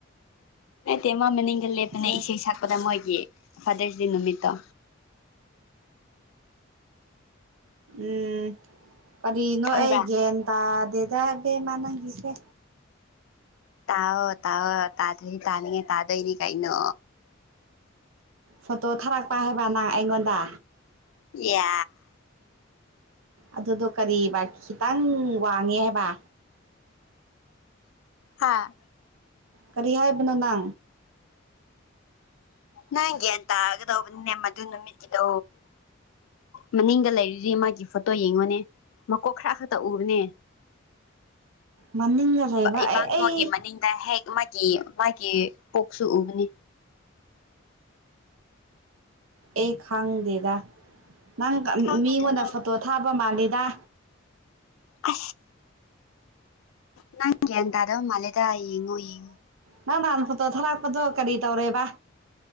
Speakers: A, on the left (about 75°); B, on the right (about 80°).
A: ꯅꯠꯇꯦ ꯃꯥ ꯃꯅꯤꯡꯒꯜꯂꯦ ꯐꯅ
B: ꯁꯦ
A: ꯏꯁꯩ ꯁꯛꯄꯗ ꯃꯣꯏꯒꯤ ꯐꯥꯗꯔꯁ ꯗꯦ ꯅꯨꯃꯤꯠꯇꯣ
B: ꯎꯝ ꯀꯔꯤꯅꯣ
A: ꯈꯪꯕ꯭ꯔꯥ
B: ꯑꯩ ꯒ꯭ꯌꯥꯟ ꯇꯥꯗꯦ ꯗꯕꯃ ꯅꯪꯈꯤꯁꯦ
A: ꯇꯥꯑꯣꯣ ꯇꯥꯑꯣꯣ ꯇꯥꯗ ꯇꯥꯅꯤꯉ ꯇꯥꯗꯩꯅꯤ ꯀꯥꯏꯩꯅꯣ
B: ꯐꯣꯇꯣ ꯊꯥꯔꯛꯄ ꯍꯥꯏꯕ ꯅꯪ ꯑꯩꯉꯣꯟꯗ
A: ꯌꯥ
B: ꯑꯗꯨꯗꯣ ꯀꯔꯤꯕꯥ ꯈꯤꯇꯪ ꯋꯥꯡꯉꯦ ꯍꯥꯏꯕ
A: ꯍꯥꯥ
B: ꯀꯔꯤ ꯍꯥꯏꯕꯅꯣꯅ
A: ꯅꯪꯒ ꯑꯦꯇꯥ ꯍꯥꯏꯒꯗꯣꯅꯤ ꯅꯦꯃ ꯑꯗꯨ ꯅꯨꯃꯤꯠꯇꯗ ꯃꯅꯤꯡꯒ ꯂꯩꯔꯤꯔꯤ ꯃꯥꯒꯤ ꯐꯣꯇꯣ ꯌꯦꯡꯉꯨꯅꯦ ꯃꯀꯣꯛ ꯈꯔ ꯈꯛꯇ ꯎꯕꯅꯦ
B: ꯃꯅꯤꯡꯒ ꯂꯩꯕ
A: ꯏꯕꯥꯡꯗꯣꯒꯤ
B: ꯑꯩ ꯑꯩ
A: ꯃꯅꯤꯡꯗ ꯍꯦꯛ ꯃꯥꯒꯤ ꯄꯣꯛꯁꯨ ꯎꯕꯅꯤ
B: ꯑꯦ ꯈꯥꯡꯉ ꯗꯦꯗꯥ ꯅꯪ
A: ꯈꯪꯉꯨꯗꯅ
B: ꯃꯤꯉꯣꯟꯗ ꯐꯣꯇꯣ ꯊꯥꯕ ꯃꯥꯜꯂꯤ ꯋꯥ
A: ꯑ ꯅꯪꯦ ꯑꯗ ꯃꯂꯦꯗ ꯌꯦꯡꯉꯣ ꯌꯦꯡꯉ
B: ꯅꯍ ꯅꯍꯥꯟ ꯐꯣꯠꯇꯣ ꯊꯂꯛꯄꯗꯣ ꯀꯔꯤ ꯇꯧꯔꯦꯕ